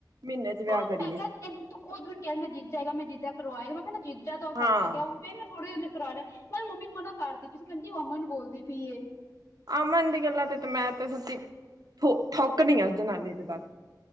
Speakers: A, on the right; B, on the left.
A: ਮਹੀਨੇ ਚ ਵਿਆਹ
B: ਉਹ
A: ਕਰੀਏ
B: ਤੇ ਮੈਂ ਕਿਹਾ ਤੂੰ ਖੁਦ ਮੈਨੂੰ ਕਹਿ ਮੈਂ ਜੀਜਾ ਹੈਗਾ ਮੈਂ ਜੀਜਾ ਕਰਵਾਏਗਾ, ਮੈਂ ਕਿਹਾ ਜੀਜਾ ਤੋ
A: ਹਾਂ
B: ਚਲਾ ਗਿਆ, ਉਨੇ ਤੇ ਸਾਰਿਆਂ ਦੇ ਕਰਾ ਲਿਆ ਮੈਂ ਕਿਹਾ ਮੰਮੀ ਨੂੰ ਮਨਾ ਕਰਦੀ ਪਈ ਸੀ ਕਹਿਦੀ ਅਮਨ ਬੋਲਦੀ ਪੀਏ
A: ਅਮਨ ਦੀ ਗੱਲਾਂ ਤੇ ਮੈਂ ਤੇ ਸੱਚੀ ਥੋ ਥੁੱਕ ਦੀ ਆ ਜਨਾਨੀ ਤੇ ਬਸ